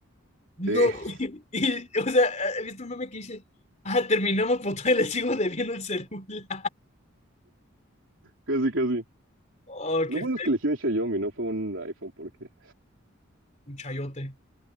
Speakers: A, on the left (about 35°); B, on the right (about 65°).
A: no.
B: Sí, <laughs>
A: <laughs> Y, o sea, he visto un meme que dice, ah, terminamos por todavía le sigo debiendo el celular.
B: casi, casi.
A: Oh,
B: Lo
A: qué
B: bueno
A: fe-
B: es que elegí un Xiaomi, no fue un iPhone, porque.
A: un chayote.